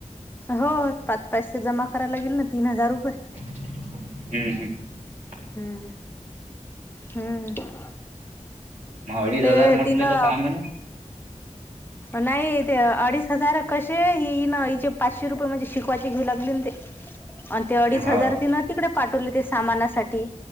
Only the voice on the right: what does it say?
हम् हम
मग अडीच
हजार म्हटले
तर काय म्हणा
हो